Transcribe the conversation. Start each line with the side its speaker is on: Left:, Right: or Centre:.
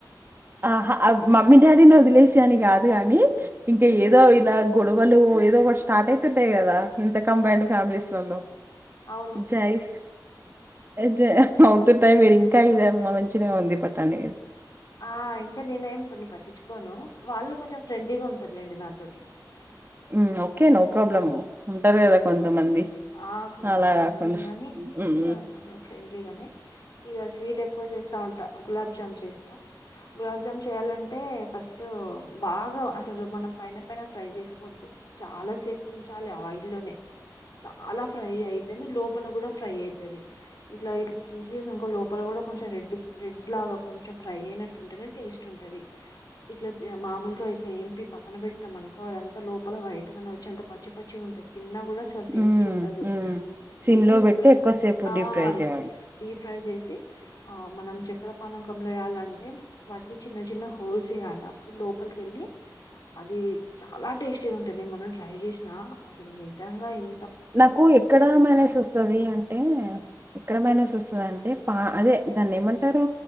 Right: ఆహా ఆ మమ్మీ డాడీని వదిలేసి అని కాదు కాగాని. ఇంకా ఏదో ఇలా గొడవలు ఏదో ఒక స్టార్ట్ అయితుంటాయి కదా ఇంత కంబైండ్ ఫ్యామిలీస్లలో.
Left: అవును
Right: జయి. జయం అవుతుంటాయి మీరు ఇంకా ఇదమ్మా మంచినే ఉంది పట్టండి ఇది.
Left: ఆ ఇంకా నేనే ఏం కొన్ని పట్టించుకోను వాళ్ళు కొంచెం ఫ్రెండ్లీగా ఉంటారు లెండి నాతోటి.
Right: మ్ ఓకే నో ప్రాబ్లమ్
Left: హ్మ్.
Right: ఉంటారు కదా కొంతమంది.
Left: ఆ కొంతమంది
Right: అలా కాకుండా
Left: ఉంటారు గానీ
Right: ఉమ్
Left: ఇగా కొంచెం. ఫ్రెండ్లీ గానే ఇగ స్వీట్ ఎక్కువ చేస్తా ఉంటా గులాబ్ జామ్ చేస్తా. గులాబ్జామ్ చేయాలంటే ఫస్ట్ బాగా అసలు మనం పైన పైన ఫ్రై చేసుకోవద్దు. చాలా సేపు ఉంచాలి ఆయిల్లోనే. చాలా ఫ్రై అయితేనే లోపల కూడా ఫ్రై అయితది. ఇట్లా ఇట్ల చించి చేసి ఇంక లోపల కూడా కొంచెం రెడ్ రెడ్ లాగా కొంచెం ఫ్రై అయినట్టు. టుంటేనే టేస్ట్ ఉంటది. ఇట్లా మామూలుగా ఇట్లా ఏం పక్కన పెట్టాం అనుకో అదంతా లోపల వైట్ నే వచ్చి అంత. పచ్చి పచ్చిగుంటది తిన్నా కూడా సరిపో టేస్ట్
Right: ఉమ్
Left: ఉండదు
Right: ఉమ్ సిమ్
Left: డీప్
Right: లో పెట్టి
Left: ఫ్రై
Right: ఎక్కువసేపు
Left: ఆ
Right: డీప్ ఫ్రై చేయండి
Left: డీప్ ఫ్రై చేసి. ఆ మనం చక్కెరపానకంలో వెయాలంటే. వాటికి చిన్న చిన్న హోల్స్ వేయాలి అప్పుడు లోపలికెళ్లి. అది చాలా టేస్టీగా ఉంటుంది మొన్న ట్రై చేసినా అసలు నిజంగా ఇం.
Right: నాకు ఎక్కడ మైనస్ వస్తది అంటే. ఎక్కడ మైనస్ వస్తుందంటే పా అదే దాన్ని ఏమంటారు